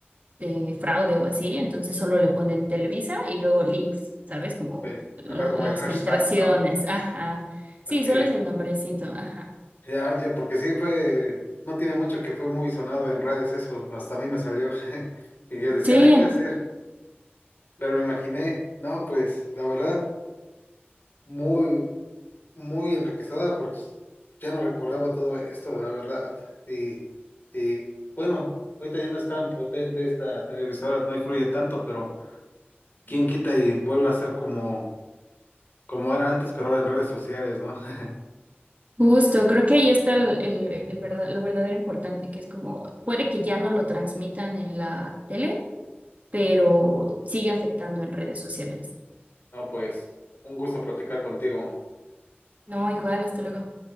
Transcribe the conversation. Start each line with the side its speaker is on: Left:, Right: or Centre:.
Right: de fraude o así, entonces solo le ponen Televisa y luego leaks, ¿sabes? Como
Left: ok,
Right: lo-
Left: ajá, como
Right: las
Left: el hashtag,
Right: filtraciones,
Left: ¿no?
Right: ajá. Sí,
Left: Ok,
Right: solo es el nombrecito, ajá.
Left: ya, ya, porque sí fue, no tiene mucho que fue muy sonado en redes eso, hasta a mí me salió, <laughs> y yo decía,
Right: Sí,
Left: ah, ¿qué Sí. hacer? Pero me imaginé, no, pues, la verdad, muy, muy enriquecedora porque pues, ya no recordaba todo esto, la verdad. Y, y bueno, ahorita ya no es tan potente esta televisora, no influye tanto, pero quién quita y vuelve a ser como, como era antes, pero ahora en redes sociales, ¿no? <laughs>
Right: justo, creo que ahí está el, el- el verdad- lo verdadero importante, que es como, puede que ya no lo transmitan en la tele, pero sigue afectando en redes sociales.
Left: No, pues, un gusto platicar contigo.
Right: No, igual, hasta luego.